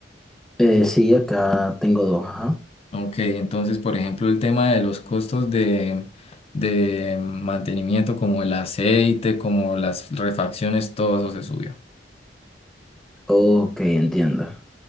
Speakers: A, in the centre; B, on the left (about 35°).
A: Eh, sí, acá tengo dos, ajá.
B: Ok, entonces, por ejemplo, el tema de los costos de, de mantenimiento, como el aceite, como las refacciones, todo eso se subió.
A: Ok, entiendo.